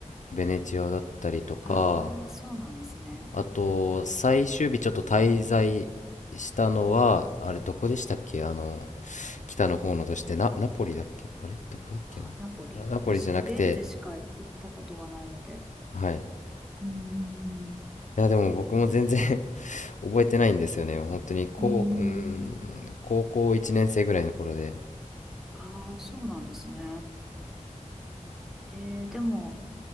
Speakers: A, on the left; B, in the centre.
A: ベネチアだったりとか、
B: ああ、そうなんですね。
A: あと、最終日ちょっと滞在したのは、あれ、どこでしたっけあの、北の方の都市て、な、ナポリだっけあれどこだっけな
B: あー、ナポリ。
A: あナポリじゃなくて、
B: 私、フィレンツェしか行ったことがないので。
A: はい。い
B: うん
A: や、でも僕も全然 <laughs> 覚えてないんですよね。本当に、こう、
B: うんうん。うんうん。
A: うーん、高校1年生ぐらいの頃で、
B: ああ、そうなんですね。えー、でも、